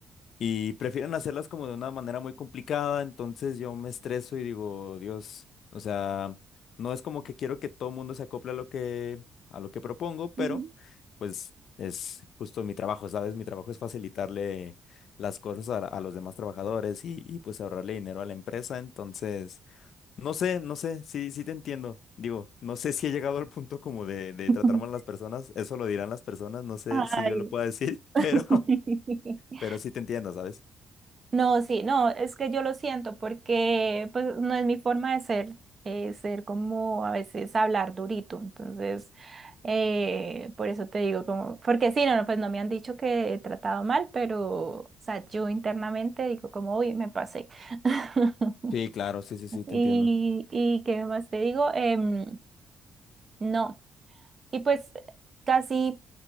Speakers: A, on the left (about 70°); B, on the right (about 35°).
A: y prefieren hacerlas como de una manera muy complicada, entonces yo me estreso y digo, Dios, o sea, no es como que quiero que todo el mundo se acople a lo que, a lo que propongo, pero
B: Ujú.
A: pues es justo mi trabajo, ¿sabes? Mi trabajo es facilitarle las cosas a, a los demás trabajadores y, y pues ahorrarle dinero a la empresa, entonces no sé, no sé, sí, sí te entiendo. Digo, no sé si he llegado al punto como de, de tratar
B: <laughs>
A: mal a las personas, eso lo dirán las personas, no sé
B: Ay.
A: si yo lo pueda decir, <laughs>
B: <laughs>
A: pero, pero sí te entiendo, ¿sabes?
B: No, sí, no, es que yo lo siento porque pues no es mi forma de ser, eh, ser como a veces hablar durito, entonces eh, por eso te digo como, porque sí, no, no, pues no me han dicho que he tratado mal, pero o sea, yo internamente digo como, uy, me pasé. <laughs>
A: Sí, claro, sí, sí, sí, te
B: Y,
A: entiendo.
B: y qué más te digo, Em, no. Y pues casi,